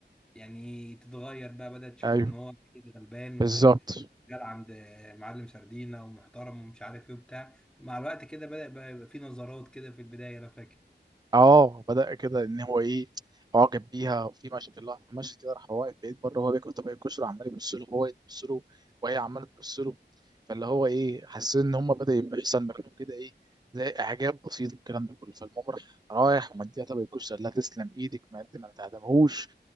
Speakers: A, in the centre; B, on the right.
A: يعني تتغير بقى بدات تشوف
B: ايوه
A: ان هو أكيد غلبان
B: بالظبط
A: شغال عند معلم سردينة ومحترم ومش عارف ايه وبتاع مع الوقت كده بدأ بقى يبقى في نظرات كده في البداية لو فاكر
B: اه بدأ كده ان هو ايه اعجب بيها وفي ماشي في اللحظه ماشي كده راح هو واقف بعيد بره وهو بياكل طبق الكشري عمال يبص له وهو يبص له وهي عماله تبص له فاللي هو ايه حسيت ان هم بدأ يبقى يحصل مكانهم كده ايه زي اعجاب بسيط والكلام ده كله فالمهم راح رايح ومديها طبق الكشري قال لها تسلم ايدك ما انت ما تعدمهوش